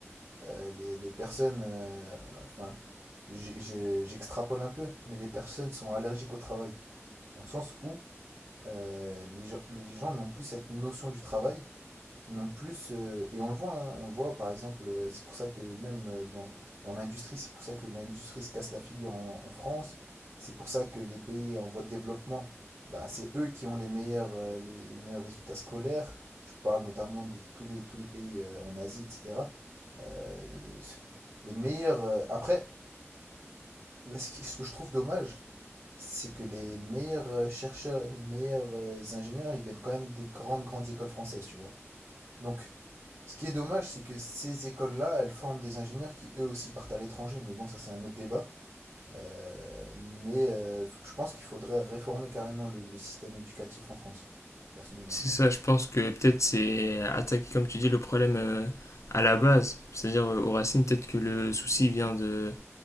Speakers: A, on the right; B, on the left.
A: euh, les, les personnes, euh, enfin, j'ai- j'ai- j'extrapole un peu, mais les personnes sont allergiques au travail. Dans le sens où euh, les, gens- les gens n'ont plus cette notion du travail, non plus, euh, et on le voit, hein, on le voit par exemple, euh, c'est pour ça que même euh, dans, dans l'industrie, c'est pour ça que l'industrie se casse la figure en, en France, c'est pour ça que les pays en voie de développement, bah, c'est eux qui ont les meilleurs, euh, les, les meilleurs résultats scolaires. Je parle notamment de tous les, tous les pays euh, en Asie, etc. Euh, les meilleurs. euh, après, Là, ce qui- ce que je trouve dommage, c'est que les meilleurs euh, chercheurs et les meilleurs euh, ingénieurs, ils viennent quand même des grandes, grandes écoles françaises, tu vois. Donc, ce qui est dommage, c'est que ces écoles-là, elles forment des ingénieurs qui eux aussi partent à l'étranger, mais bon, ça c'est un autre débat. Euh, mais euh, f- je pense qu'il faudrait réformer carrément le, le système éducatif en France, personnellement,
B: C'est
A: je pense.
B: ça, je pense que peut-être c'est attaquer, comme tu dis, le problème euh, à la base. C'est-à-dire euh, aux racines, peut-être que le souci vient de,